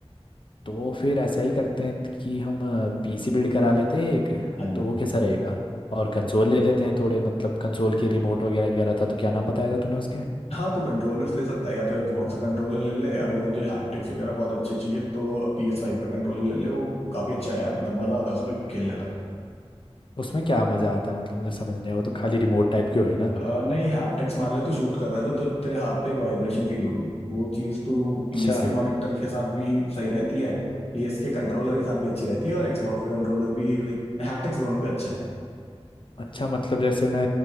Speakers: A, on the left; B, on the left.
A: तो फिर ऐसा ही करते हैं कि हम पीसी बिल्ड करा लेते हैं एक
B: हाँ जी
A: तो वो कैसा रहेगा और कंसोल ले लेते हैं थोड़े मतलब कंसोल के रिमोट वगैरह कह रहा था तो क्या नाम बताया था तूने उसके
B: हाँ तो कंट्रोलर्स ले सकता है या तो Xbox का कंट्रोलर ले ले अगर तुझे हैप्टिक्स वगैरह बहुत अच्छे चाहिए तो PS5 का कंट्रोलर ले ले वो काफ़ी अच्छा है यार मतलब मज़ा आता है उस पर खेलने में
A: उसमें क्या मज़ा आता है मतलब मुझे समझ नहीं आया वो तो खाली रिमोट टाइप के हुए ना
B: अ, नहीं हैप्टिक्स मान ले तो शूट कर रहा है तो, तो तेरे हाथ पे एक वाइब्रेशन फील होगी वो चीज तो पीएस
A: अच्छा
B: के मॉनिटर के साथ भी सही रहती है पीएस के कंट्रोलर के साथ भी अच्छी रहती है और Xbox के कंट्रोलर भी लाइक हैप्टिक्स दोनों के अच्छे हैं
A: अच्छा मतलब जैसे मैं